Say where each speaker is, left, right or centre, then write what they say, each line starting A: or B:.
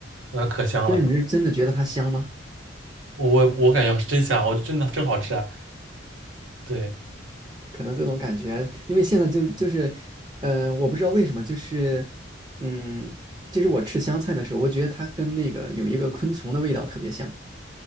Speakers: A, on the right (about 80°); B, on the right (about 20°).
A: 呃，可香了。
B: 就是你是真的觉得它香吗？
A: 我我我感觉是真香，我真的真好吃啊。对，
B: 可能这种感觉，因为现在就就是呃，我不知道为什么，就是嗯，就是我吃香菜的时候，我觉得它跟那个有一个昆虫的味道特别像，